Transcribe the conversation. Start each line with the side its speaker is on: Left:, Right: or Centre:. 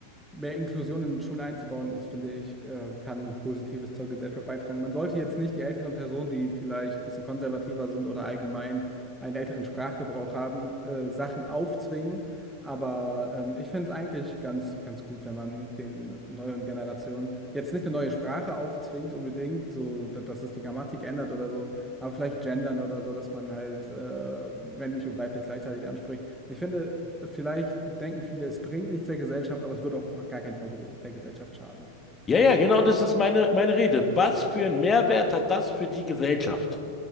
Centre: mehr Inklusion in Schulen einzubauen ist, finde ich, äh, kann nur Positives zur Gesellschaft beitragen. Man sollte jetzt nicht die älteren Personen, die vielleicht ein bisschen konservativer sind oder allgemein einen älteren Sprachgebrauch haben, äh, Sachen aufzwingen, aber ähm, ich finde es eigentlich ganz, ganz gut, wenn man den neueren Generationen jetzt nicht eine neue Sprache aufzwingt unbedingt, so da- dass es die Grammatik ändert oder so. Aber vielleicht gendern oder so, dass man halt äh, männlich und weiblich gleichzeitig anspricht. Ich finde, vielleicht denken viele, es bringt nichts der Gesellschaft, aber es würde auch auf gar keinen Fall die, Ges- der Gesellschaft schaden.
Left: Ja, ja, genau das ist meine, meine Rede. Was für einen Mehrwert hat das für die Gesellschaft?